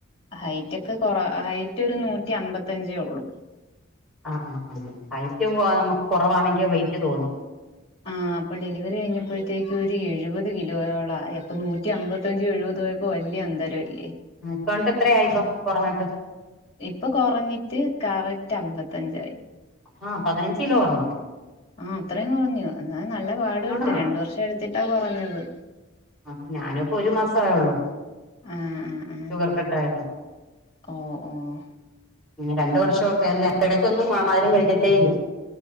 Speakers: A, on the left; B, in the centre.
A: ഹൈറ്റ് ക്ക് കൊറ ഹൈറ്റ് ഒരു നൂറ്റി അമ്പത്തയഞ്ചേ ഉള്ളൂ
B: ആഹ് ആ അ ഹൈറ്റ് നമുക്ക് കുറവാണെങ്കിൽ വെറ്റ് തോന്നും
A: ആ അപ്പൊ ഡെലിവറി കഴിഞ്ഞപ്പോഴ അത്തേക്ക് ഒരു എഴുപത് കിലോയോള ആ അപ്പൊ നൂറ്റി അമ്പത്തഞ്ച എഴുപത്യപ്പോ വലിയ അന്തരംല്ലേ
B: ഇപ്പണ്ട് എത്രയായി ഇപ്പം കുറഞ്ഞിട്ട്
A: ഇപ്പൊ കുറഞ്ഞിട്ട് കറ നറ്റ അമ്പത്തഞ്ചായി
B: ആഹ പതിനഞ്ച് കിലോ കൊറഞ്ഞോ
A: ആഹ അത്രയും കുറഞ്ഞു എന്നാ നല്ല പാട് പെട്ട്
B: ആണോ
A: രണ്ട വർഷം എടുത്തിട്ടാ കുറഞ്ഞത്
B: ആഹ ഞാനിപ്പോ ഒരു മാസ ആയള്ളൂ
A: ആഹ് ആഹ് ആഹ്
B: ഷുഗർ കട്ട ആായിട്ടോ
A: ഓഹ് ഓഹ്
B: രണ്ട വർഷംക്കെ അല്ലേ ഇടക്കൊന്നും മധരം കഴിക്കത്തേ ഇല്ല